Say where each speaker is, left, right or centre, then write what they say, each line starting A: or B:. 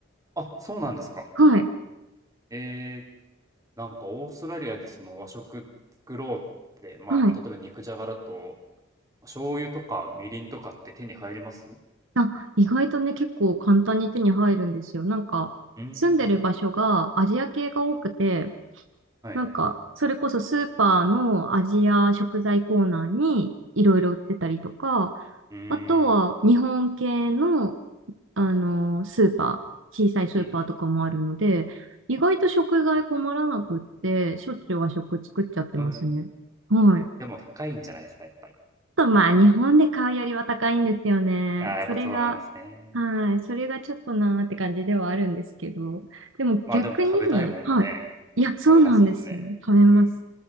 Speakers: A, on the right; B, on the right.
A: あ、そうなんですか。
B: はい。
A: えーなんかオーストラリアでその和食作ろうって、まあ、
B: はい。
A: 例えば肉じゃがだと、ま醤油とかみりんとかって手に入ります？う
B: あ、意外とね、結構簡単に手に入るんですよ。なんか、
A: ーん、
B: 住んでる場所がアジア系が多くて、
A: はい。
B: なんか、それこそスーパーのアジア食材コーナーにいろいろ売ってたりとか、
A: うーん。
B: あとは日本系の、あのスーパー、小さいスーパーとかもあるので、
A: うん
B: 意外と食材困らなくって、しょっちゅう和食作っちゃってますね。
A: えー
B: はい。
A: でも高いんじゃないですか、やっぱり。
B: とまあ日本で買うよりは高いんですよね。
A: ああ、やっぱそうなんですね。
B: それが、はい、それがちょっとなーって感じではあるんですけど。でも逆に、
A: まあでも食べたいもんはね、
B: はい。いや、そうなんですよ。
A: 食べますもんね。
B: 食べます。
A: うん。